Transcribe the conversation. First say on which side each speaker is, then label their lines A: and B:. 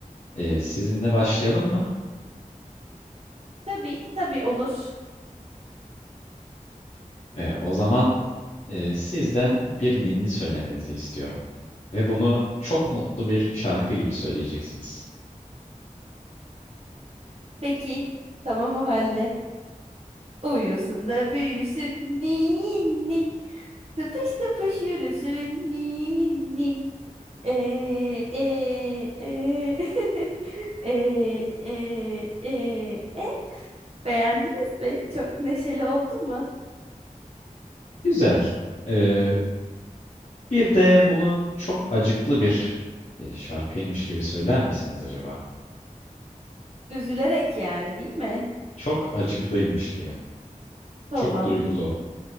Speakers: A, on the left; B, on the right.
A: E, sizinle başlayalım mı?
B: Tabii, tabii olur.
A: E, o zaman e, sizden bir ninni söylemenizi istiyorum. Ve bunu çok mutlu bir şarkı gibi söyleyeceksiniz.
B: Peki, tamam o halde. Uyusun da büyüsün ninni. Tıpış tıpış yürüsün ninni. Ee, e, e. <laughs> Ee, e, e, e. Beğendiniz mi? Çok neşeli oldu mu?
A: Güzel. E, bir de bunu çok acıklı bir e, şarkıymış gibi söyler misiniz acaba?
B: Üzülerek yani değil mi?
A: Çok acıklıymış gibi.
B: Tamam.
A: Çok duygulu.